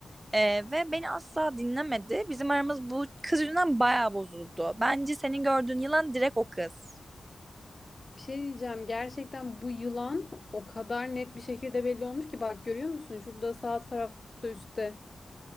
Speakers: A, on the right; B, on the left.
A: E, ve beni asla dinlemedi. Bizim aramız bu kız yüzünden bayağı bozuldu. Bence senin gördüğün yılan direkt o kız.
B: Bir şey diyeceğim. Gerçekten bu yılan o kadar net bir şekilde belli olmuş ki bak görüyor musun? Şurada sağ tarafta üstte